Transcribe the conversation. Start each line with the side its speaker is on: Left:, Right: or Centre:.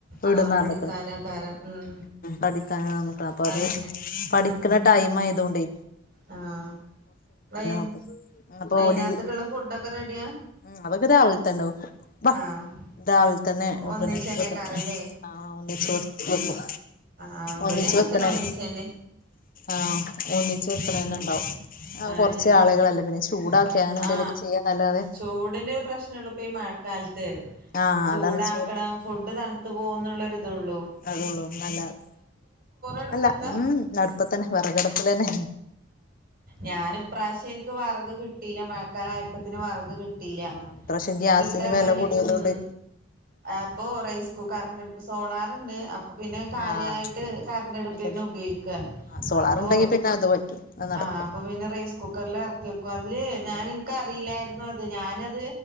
Right: ആഹ്
Left: ഇടുന്ന് പറഞ്ഞിക്കണ്
Right: പഠിക്കാനേക്കാരം ഉം
Left: പഠിക്കാനാവുമ്പക്ക് അപ്പ അത്
Right: അതന്നെ
Left: പഠിക്കണ
Right: ആഹ്
Left: ടൈം ആയതുകൊണ്ടേ
Right: ആഹ് വൈ
Left: അപ്പൊ അപ്പൊ
Right: വൈന്നേരത്തേക്കുള്ള
Left: ഓല്
Right: ഫുഡൊക്കെ റെഡിയാ
Left: ഉം അതൊക്കെ രാവിലെ തന്നെ ആവും
Right: ആഹ്
Left: രാവിലെ തന്നെ
Right: ഒന്നിച്ചന്നെക്കാരല്ലേ
Left: പിന്നെ വെക്ക ആഹ് ഒന്നിച്ച് വെക്ക് വെക്കും
Right: ആ ഇവിടെ
Left: ഒന്നിച്ചു
Right: അങ്ങനത്തന്നെ
Left: വെക്കണന്നെ
Right: ഒന്നിച്ചന്നെ
Left: ആഹ് ഒന്നിച്ചുവെക്കണെന്നെണ്ടാവും
Right: ഉം
Left: ആഹ്
Right: ആ
Left: കൊറച്ച്
Right: ശരി
Left: ആളുകളല്ലെ പിന്നെ ചൂടാക്കെ അങ്ങനെന്തെലൊക്കെ
Right: ആ
Left: ചെയ്യാന്ന് അല്ലാതെ
Right: ചൂടിന്റെ ഒക്കെ പ്രശ്ന ഇള്ളപ്പ് ഇപ്പം ഈ മഴക്കാലത്ത്
Left: ആഹ്
Right: ചൂടാക്കണം
Left: അതാണ് ചൂട്
Right: ഫുഡ് തണുത്തു പോകന്നുള്ളൊരു ഇതോള്ളൂ
Left: അതൊള്ളൂ ന്നാലും ഗ്യാസ്
Right: അടുപ്പത്താ
Left: അല്ല ഉം അടുപ്പത്തന്നെ വെറകടുപ്പിലെന്നെ
Right: ഞാൻ ഇപ്രാവശ്യം ഇൻക്ക് വെറക് കിട്ടീല മഴക്കാലായപ്പത്തിന് വെറക് കിട്ട്
Left: ആഹ് <unintelligible>
Right: <unintelligible> പറഞ്ഞാല്
Left: വില കൂടിയതോണ്ട്
Right: ഉം അപ്പൊ റൈസ് കുക്കർ കറന്റ് അടുപ്പ് സോളാറുണ്ട് അപ്പൊ പിന്നെ കാര്യായിട്ട്
Left: ആഹ്
Right: കറണ്ടടുപ്പന്നെ
Left: അതും
Right: ഉപയോഗിക്കാ
Left: ആഹ് സോളാറുണ്ടെങ്കി
Right: അപ്പൊ
Left: പിന്നെ അത് പറ്റും അത് നടക്കും
Right: ആഹ് അപ്പൊ പിന്നെ റൈസ് കുക്കറില് എറക്കി വെക്കും അതില് ഞാന്
Left: ആഹ്
Right: ഇക്കറീല്ലാരുന്നു അത് ഞാനത്